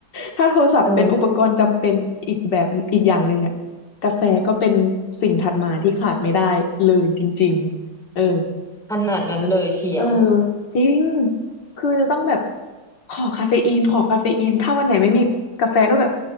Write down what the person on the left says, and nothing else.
ถ้าโทรศัพท์เป็นอุปกรณ์จำเป็นอีกแบบอีกอย่างหนึ่งอ่ะ
กาแฟก็เป็นสิ่งถัดมาที่ขาดไม่ได้เลยจริงๆเออ
เออจริงคือจะต้องแบบขอคาเฟอีนขอคาเฟอีนถ้าวันไหนไม่มีกาแฟก็แบบ